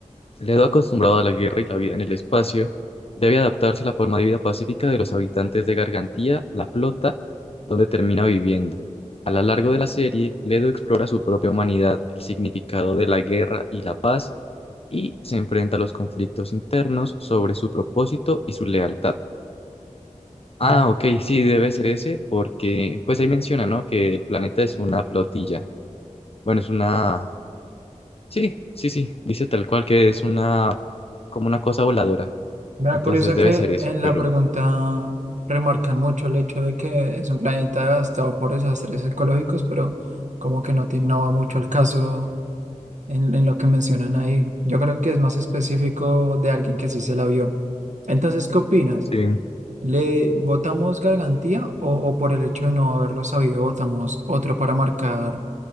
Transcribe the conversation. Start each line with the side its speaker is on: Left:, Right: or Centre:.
Left: Ledo, acostumbrado a la guerra y la vida en el espacio, debe adaptarse a la forma de vida pacífica de los habitantes de Gargantía, la flota, donde termina viviendo. A lo largo de la serie, Ledo explora su propia humanidad, el significado de la guerra y la paz, y se enfrenta a los conflictos internos sobre su propósito y su lealtad.
Right: Mm.
Left: Ah, ok, sí, debe ser ese, porque pues ahí menciona, ¿no? Que el planeta es una flotilla. Bueno, es una Sí, sí, sí, dice tal cual que es una, como una cosa voladora.
Right: Me da
Left: Entonces
Right: curiosa
Left: debe
Right: que
Left: ser eso,
Right: en la
Left: pero
Right: pregunta remarcan mucho el hecho de que es un planeta gastado por desastres ecológicos, pero como que no, tiene- no va mucho al caso en, en lo que mencionan ahí. Yo creo que es más específico de alguien que sí se la vio. Entonces, ¿qué opinas?
Left: sí,
Right: ¿Le votamos gargantía o, o por el hecho de no haberlo sabido votamos otro para marcar